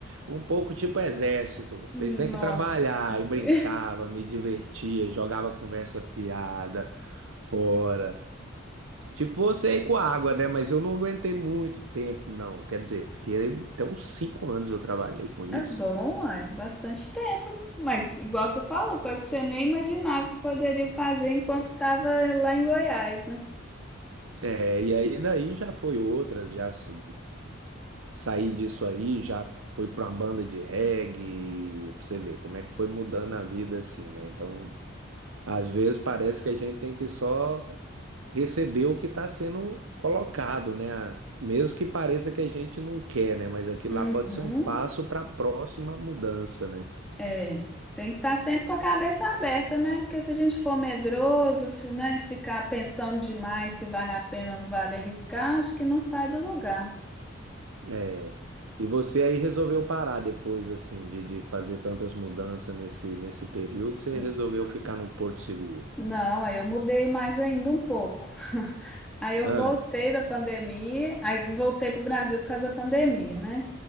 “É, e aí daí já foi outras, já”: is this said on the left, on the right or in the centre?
Right